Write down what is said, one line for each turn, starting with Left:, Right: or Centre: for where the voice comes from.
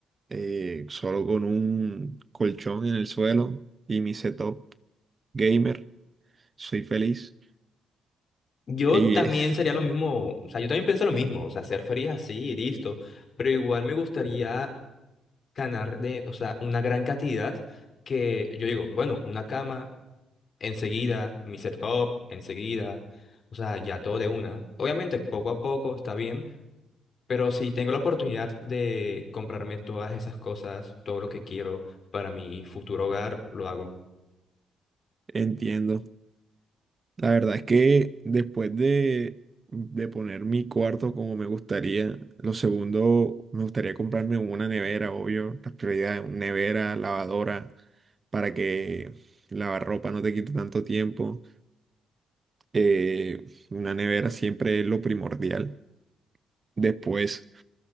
Right: eh, solo con un colchón en el suelo y mi setup gamer, soy feliz
Left: Yo
Right: y
Left: también
Right: <laughs>
Left: sería lo mismo, o sea, yo también pienso lo mismo, o sea, ser feliz así y listo, pero igual me gustaría ganar de, o sea, una gran cantidad que yo digo, bueno, una cama enseguida, mi setup enseguida, o sea, ya todo de una. Obviamente, poco a poco está bien, pero si tengo la oportunidad de comprarme todas esas cosas, todo lo que quiero para mi futuro hogar, lo hago.
Right: entiendo. La verdad es que después de, de poner mi cuarto como me gustaría, lo segundo, me gustaría comprarme una nevera, obvio, la prioridad, una nevera, lavadora, para que lavar ropa no te quite tanto tiempo. Eh, una nevera siempre es lo primordial. Después,